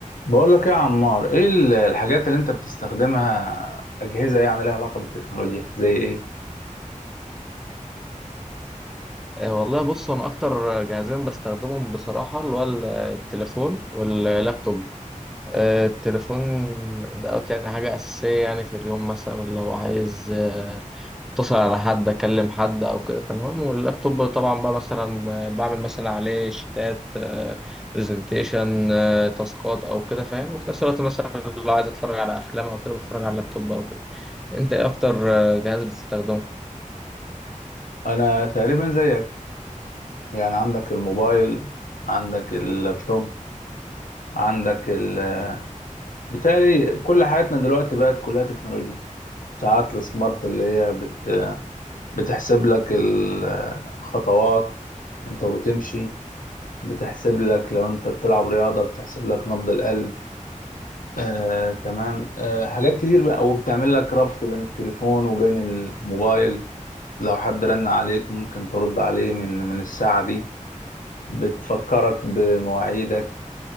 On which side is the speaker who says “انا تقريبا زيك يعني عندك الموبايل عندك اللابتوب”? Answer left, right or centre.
Left